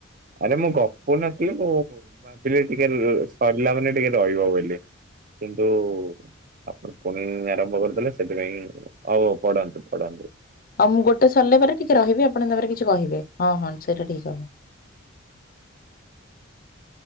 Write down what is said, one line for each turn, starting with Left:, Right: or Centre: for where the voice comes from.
Right: ଆରେ ମୁଁ ଗପୁ ନଥିଲି ମୁଁ ଭାବିଲି ଟିକେ ସରିଲା ମାନେ ଟିକେ ରହିବ ବୋଲି। କିନ୍ତୁ ଆପଣ ପୁଣି ଆରମ୍ଭ କରିଦେଲେ ସେଥିପାଇଁ ହଉ ପଢନ୍ତୁ ପଢନ୍ତୁ।
Left: ହଉ ମୁଁ ଗୋଟେ ସରିଲା ପରେ ଟିକେ ରହିବି ଆପଣ ତାପରେ କିଛି କହିବେ ହଁ ହଁ ସେଇଟା ଠିକ୍ ହବ